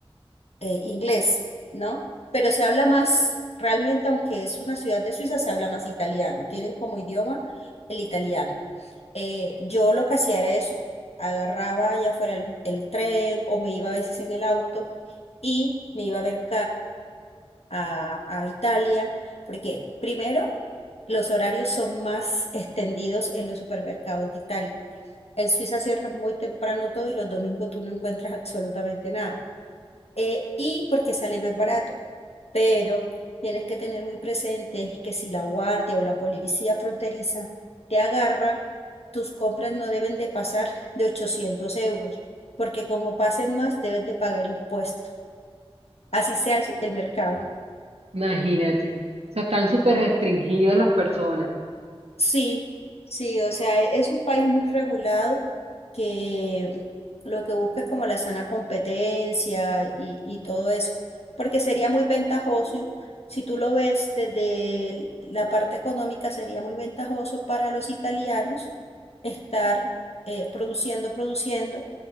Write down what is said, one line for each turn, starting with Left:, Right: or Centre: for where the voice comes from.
Left: eh, inglés, ¿no? Pero se habla más, realmente aunque es una ciudad de Suiza, se habla más italiano, tienen como idioma el italiano. Eh, yo lo que hacía era eso, agarraba ya fuera el el tren o me iba a veces en el auto y me iba a ver a, a Italia, porque primero los horarios son más extendidos en los supermercados de Italia. En Suiza cierran muy temprano todo y los domingos tú no encuentras absolutamente nada. Eh, y porque sale más barato, pero tienes que tener muy presente que si la guardia o la policía fronteriza te agarra, tus compras no deben de pasar de 800 euros, porque como pasen más, debes de pagar impuestos. Así sea el, el mercado.
Right: Imagínate. O sea, están súper restringidas las personas.
Left: Sí, sí, o sea, e- es un país muy regulado que lo que busca es como la sana competencia y, y todo eso, porque sería muy ventajoso, si tú lo ves desde el- la parte económica, sería muy ventajoso para los italianos estar eh, produciendo, produciendo